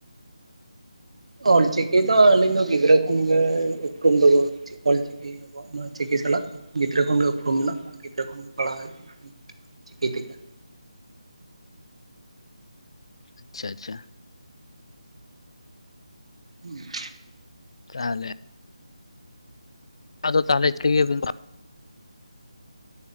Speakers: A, on the right (about 65°); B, on the left (about 55°).
A: ᱚᱞᱪᱤᱠᱤ ᱫᱚ ᱟᱹᱞᱤᱧ ᱫᱚ ᱜᱤᱫᱽᱨᱟᱹ ᱠᱷᱚᱱᱜᱮ ᱩᱯᱨᱩᱢ ᱫᱚᱵᱚ ᱚᱞᱪᱤᱠᱤ ᱟᱵᱚᱣᱟᱜ ᱱᱚᱣᱟ ᱪᱤᱠᱤ ᱥᱟᱞᱟᱜ ᱫᱚ ᱜᱤᱫᱽᱨᱟᱹ ᱠᱷᱚᱱᱜ ᱜᱮ ᱩᱯᱨᱩᱢ ᱢᱮᱱᱟᱜ ᱠᱟᱜᱼᱟ, ᱜᱤᱫᱽᱨᱟᱹ ᱠᱷᱚᱱ ᱯᱟᱲᱦᱟᱣ ᱪᱤᱠᱤ ᱛᱮᱜᱮ᱾
B: ᱟᱪᱪᱷᱟ ᱟᱷᱟ
A: ᱦᱩᱸ
B: ᱛᱟᱦᱞᱮ ᱟᱫᱚ ᱛᱟᱦᱞᱮ ᱪᱤᱠᱟᱹ ᱜᱮᱭᱟ ᱵᱤᱱ?